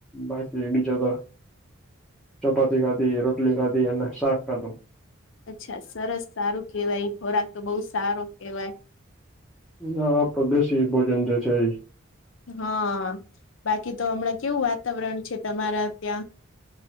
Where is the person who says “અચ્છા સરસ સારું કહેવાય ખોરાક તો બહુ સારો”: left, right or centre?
Left